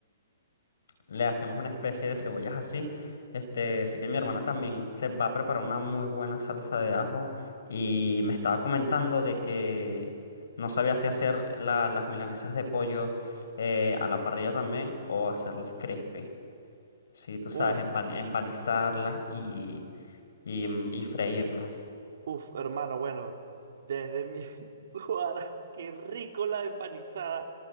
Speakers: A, on the left; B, on the right.
A: le hacemos una especie de cebollas así. Este, sé que mi hermana también se va a preparar una muy buena salsa de ajo y me estaba comentando de que no sabía si hacer la- las milanesas de pollo eh, a la parrilla también o hacerlas crispy. Sí, tú sabes,
B: Uf,
A: empan- empanizarlas y, y, mm, y freírlas.
B: uf, hermano, bueno, desde mi <laughs> guara, qué rico la empanizada.